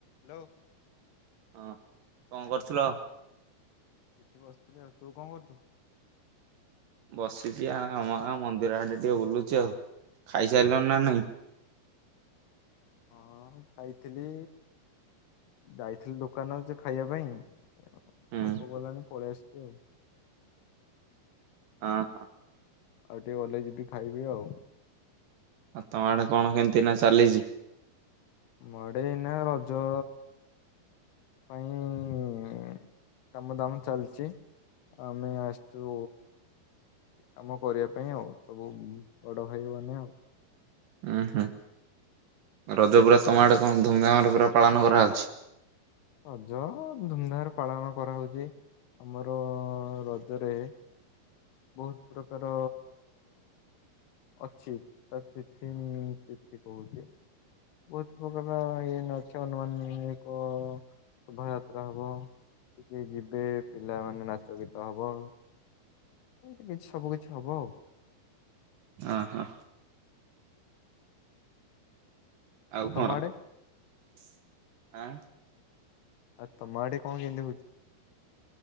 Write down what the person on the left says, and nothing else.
Hello.
ଏଠି ବସିଥିଲି ଆଉ ତୁ କଣ କରୁଛୁ?
ହଁଅ ଖାଇଥିଲି ଯାଇଥିଲି ଦୋକାନକୁ ଯେ ଖାଇବା ପାଇଁ,
ଭୋକ କଲାନି ପଳେଇ ଆସିଛି ଆଉ।
ଆଉ ଟିକେ ଗଲେ ଯିବି ଖାଇବି ଆଉ।
ଆମ ଆଡେ ଏଇନା ରଜ ପାଇଁ କାମଦାମ ଚାଲିଛି, ଆଉ ଆମେ ଆସିଛୁ କାମ କରିବା ପାଇଁ ଆଉ, ସବୁ ବଡ ଭାଇମାନେ ଆଉ।
ରଜ-ଅ ଧୁମଧାମରେ ପାଳନ କରା ହଉଛି ଆମର-ଅ-ଅ ରଜରେ ବହୁତ ପ୍ରକାର ଅଛି ତ ତିଥିନି-ଇ-ଇ ତିଥଗ କହୁଛି। ଭୁତ ପଗଲା ଏ ନଚ ନନି ଏକ ଶୋଭାଯାତ୍ରା ହବ, ଟିକେ ଯିବେ ପିଲାମାନେ ନାଚ ଗୀତ ହବ। ଏମିତି କିଛି ସବୁ କିିଛି ହବ ଆଉ।
ତମ
ଆଡେ
ଆଉ ତମ ଆଡେ କଣ କେମିତି ହଉ